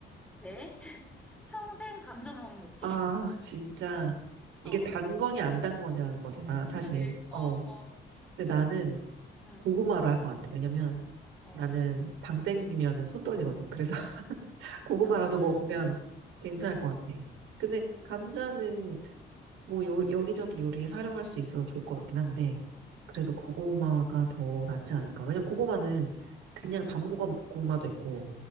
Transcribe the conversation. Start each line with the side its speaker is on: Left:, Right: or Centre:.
Centre: 네. <laughs> 평생 감자만 먹기.
Right: 아,
Centre: <laughs>
Right: 진짜. 이게
Centre: 어.
Right: 단 거냐, 안 단 거냐는 거잖아, 사실.
Centre: 그치?
Right: 어.
Centre: 어, 어.
Right: 근데 나는
Centre: 응.
Right: 고구마로 할 것 같아. 왜냐면
Centre: 어.
Right: 나는 당 땡기면은 손 떨리거든. 그래서 <laughs> 고구마라도
Centre: 아.
Right: 먹으면 괜찮을 것 같아. 근데
Centre: 오.
Right: 감자는 뭐 요, 여기저기 요리에 사용할 수 있어서 좋을 것 같긴 한데 그래도
Centre: 응.
Right: 고구마가 더 낫지 않을까. 왜냐면 고구마는 그냥
Centre: 응.
Right: 밤 고구- 고구마도 있고